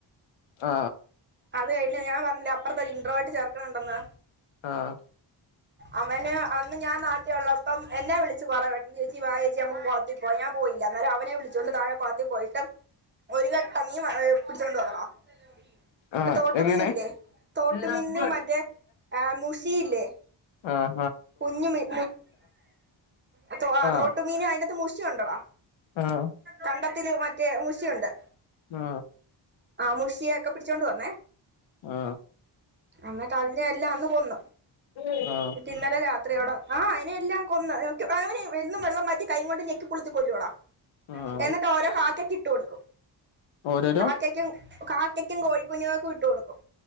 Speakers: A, on the left; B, on the right.
A: ആ
B: അത് കഴിഞ്ഞ ഞാ പറഞ്ഞില്ല അപ്പുറത്തെ ഇൻറോർട്ട് ചെർക്ക ന് ഉണ്ടന്ന്
A: ആഹ്
B: അവന് അന്ന് ഞാൻ നാട്ടിലുള്ളപ്പം എന്നാ വിളിച്ച ച്ച് പറ ചേച്ചി വാ ചേച്ചിനമ്മക് കോള ത്തിൽ പോവാ ഞാൻ പോയില്ല എന്നാലും അവനെ വിളിച്ചോണ്ട് തായേ കോള ത്തിൽ പോയിട്ടും ഒരു ക യ് പിടിച്ചോഡ് വന്നതാ <unintelligible>
A: ആഹ്
B: തോട്ടുമീൻല്ലേ
A: എങ്ങനെ
B: തോട്ടുമീന്നും
A: ആഹ്
B: മറ്റേ മുഷി ഇല്ലേ
A: ആ
B: കുഞ്ഞ് മീൻ അ
A: ആഹ്
B: തോട്മീനും അതിതിനകത്ത് മുശിയുണ്ടടാ
A: ആഹ്
B: കണ്ടത്തി മ <unintelligible> മൂശിയുണ്ട്
A: ആ
B: ആ മുഷിയ ഒക്കെ പിടിച്ചോണ്ട് വന്നേ
A: ആ
B: അന്ന് കളഞ്ഞല്ല അന്ന് കൊന്നു
A: ആ
B: ഇിന്നലെ രാത്രിയോടെ ആ അയിനെ എല്ലാം കൊന്ന് അവന് യെന്നും വെള്ളം മാറ്റി കൈ കൊണ്ട് ഞെക്കിപുളുത്തി കൊല്ലുട
A: ആഹ്
B: എന്നിട്ട് ഓരോ കാക്ക കി ട്ട് കൊടുക്കും
A: ഓരോരോ
B: കാക്കക്കും ക യ്ക്കും കോഴികുഞ്ഞുങ്ങക്കും ഇട്ടു കൊടുക്കും